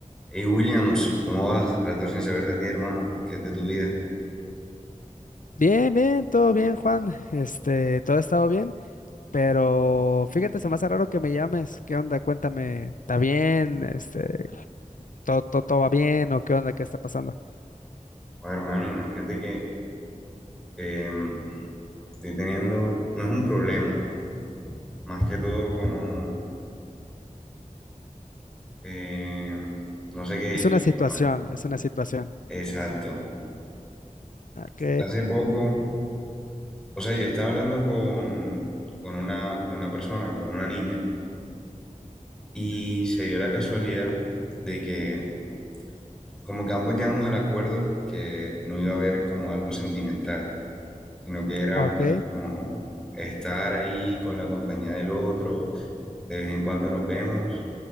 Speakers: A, in the centre; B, on the left (about 80°).
A: Hey Williams, ¿cómo vas? Rato sin saber de ti, hermano. ¿Qué es de tu vida?
B: Bien, bien, todo bien, Juan. Este, todo ha estado bien, pero fíjate, se me hace raro que me llames. ¿Qué onda? Cuéntame, ¿está bien? Este, ¿todo, todo, todo va bien o qué onda? ¿Qué está pasando?
A: Oye, hermano, imagínate que em, estoy teniendo, no es un problema, más que todo como, em, no sé qué decisión
B: Es una situación,
A: tomar.
B: es una situación.
A: Exacto.
B: Ok,
A: Hace poco, o sea, yo estaba hablando con, con una, con una persona, con una niña, y se dio la casualidad de que como que ambos llegamos al acuerdo que no iba a haber como algo sentimental. sino que era
B: ok,
A: más como estar ahí con la compañía del otro, de vez en cuando nos vemos